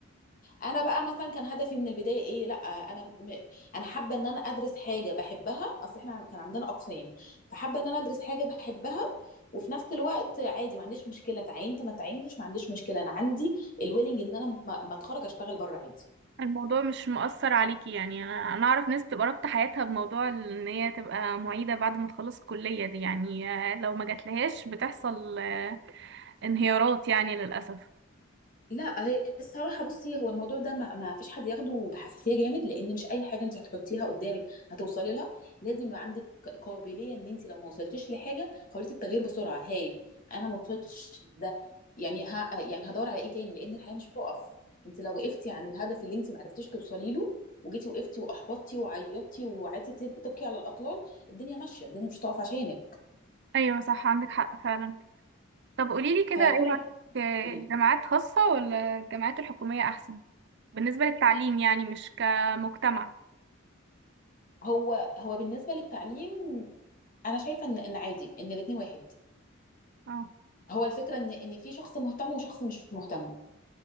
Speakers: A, on the left; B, on the right.
A: انا بقى مثلا كان هدفي من البدايه ايه لا انا م... انا حابه ان انا ادرس حاجه بحبها اصل احنا عن- كان عندنا اقسام فحابه ان انا ادرس حاجه بحبها وفي نفس الوقت عادي ما عنديش مشكله تعينت ما تعينتش ما عنديش مشكله انا عندي الويلنج ان انا ما, ما اتخرج اشتغل بره عادي
B: الموضوع مش مؤثر عليكي يعني انا انا اعرف ناس تبقى رابطة حياتها بموضوع ان هي تبقى معيدة بعد ما تخلص الكلية دي يعني آه، لو ما جاتلهاش بتحصل آه، انهيارات يعني للأسف
A: لا هي الصراحه بصي هو الموضوع ده ما, ما فيش حد ياخده بحساسيه جامد لان مش اي حاجه انت هتحطيها قدامك هتوصلي لها لازم يبقى عندك قابليه ان انت لو ما وصلتيش لحاجه قابليه التغيير بسرعه هاي انا ما وصلتش ده يعني ها يعني هدور على ايه تاني لان الحياه مش بتقف انت لو وقفتي عن الهدف اللي انت ما عرفتيش توصلي له وجيتي وقفتي واحبطتي وعيطتي وقعدتي تب- تبكي على الاطلال الدنيا ماشيه الدنيا مش هتقف عشانك
B: ايوه صح عندك حق فعلا طب قوليلي كده
A: فكل
B: ايه رأيك آه،
A: قولي
B: الجامعات
A: لي.
B: خاصة ولا الجامعات الحكومية أحسن بالنسبة للتعليم يعني مش كمجتمع
A: هو هو بالنسبه للتعليم انا شايفه ان ان عادي ان الاثنين واحد
B: اه
A: هو الفكره ان ان في شخص مهتم وشخص مش مهتم